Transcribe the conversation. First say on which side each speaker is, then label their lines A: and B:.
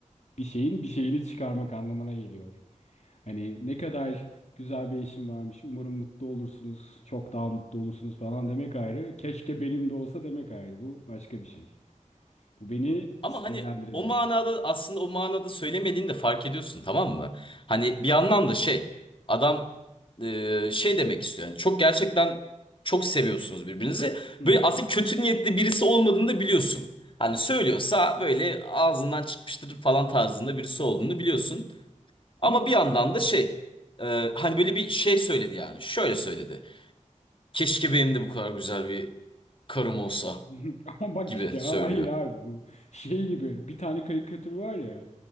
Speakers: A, on the left; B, on the left.
A: bir şeyin bir şeyini çıkarmak anlamına geliyor. Hani ne kadar güzel bir eşim varmış. Umarım mutlu olursunuz. Çok daha mutlu olursunuz falan demek ayrı. Keşke benim de olsa demek ayrı. Bu başka bir şey. Bu beni
B: Ama
A: sinirlendirebilir.
B: hani o manada aslında o manada söylemediğini de fark ediyorsun tamam mı? Hani bir yandan da şey adam e, şey demek istiyor. Yani çok gerçekten çok seviyorsunuz birbirinizi.
A: Hı
B: Böyle
A: hı.
B: aslında kötü niyetli birisi olmadığını da biliyorsun. Hani söylüyorsa böyle ağzından çıkmıştır falan tarzında birisi olduğunu biliyorsun. Ama
A: Ama
B: bir yandan da şey e, hani böyle bir şey söyledi yani. Şöyle söyledi. Keşke benim de bu kadar güzel bir karım olsa
A: <laughs> Ama bak
B: gibi
A: işte
B: söylüyor.
A: abi hayır abi bu şey gibi bir tane karikatür var ya